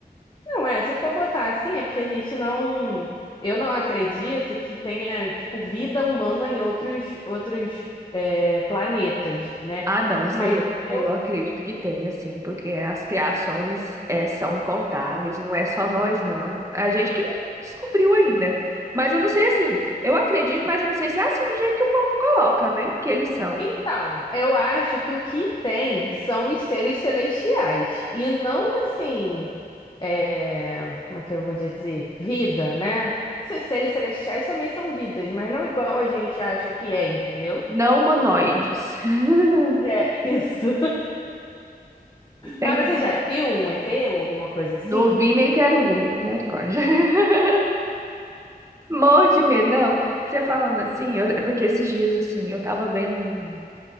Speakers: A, on the left; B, on the right.
A: Não é, se for botar assim, é porque a gente não. Eu não acredito que tenha, tipo, vida humana em outros, outros, é, planetas, né?
B: Ah, não, isso
A: Mas.
B: aí, isso
A: eu
B: aí eu acredito que tem, assim, porque as criações é, são incontáveis, não é só nós, não. A gente que não descobriu ainda. Mas eu não sei, assim, eu acredito, mas eu não sei se é assim do jeito que o povo coloca, né? Que eles são.
A: Então, eu acho que o que tem são os seres celestiais e não assim, é, como é que eu vou dizer? Vida, né? Se- Seres celestiais também são vidas, mas não igual a gente acha que é, entendeu?
B: Não humanoides. <laughs>
A: É isso. <laughs>
B: Tem...
A: Mas você já viu um ET ou alguma coisa assim?
B: Não vi nem quero ver, misericórdia. <laughs> Morro de medo. Não, você falando assim, eu- é porque esses dias, assim, eu tava vendo um,